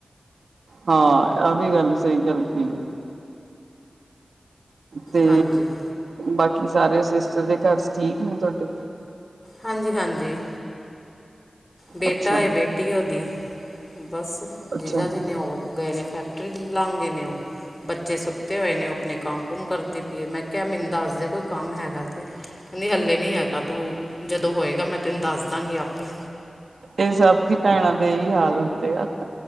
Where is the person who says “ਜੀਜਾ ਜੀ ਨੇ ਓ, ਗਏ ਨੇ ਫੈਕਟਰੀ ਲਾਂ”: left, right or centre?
Left